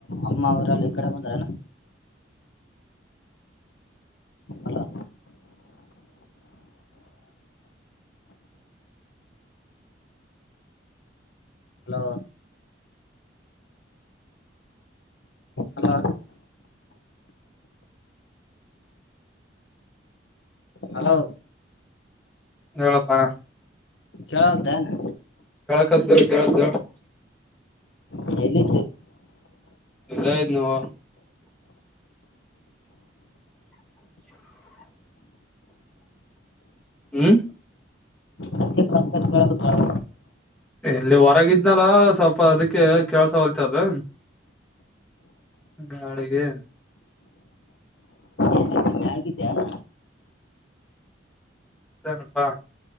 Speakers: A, on the left (about 70°); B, in the centre.
A: ಅಮ್ಮ ಅವ್ರಲ್ಲಿ ಈ ಕಡೆ ಬಂದ್ರನಾ ಹಲೋ ಹಲೋ ಹಲೋ ಹಲೋ
B: ಹೇಳಪ್ಪಾ
A: ಕೇಳಂತ ಏನೆ
B: ಕದದಲ ಕೇಳುತ
A: ಚಲಿ
B: ಲ್ಲದ ನವು ಹ್ಮ
A: ಹಂಗೆ ಕಟ್ ಕಟ್ ಕೇಳಕತ್ತಾಳ
B: ಎಲ್ಲಿ ಹೊರಗಿದ್ನಲ್ಲ ಸ್ವಲ್ಪ ಅದಕ್ಕೆ ಕೆಳ್ಸ ಹೊಲತದ ಗಾಳಿಗೆ
A: ಎಲ್ಲಿದ್ದಿ ಮ್ಯಾಗಿದ್ದ್ಯಾನ
B: ಅನಪ್ಪಾ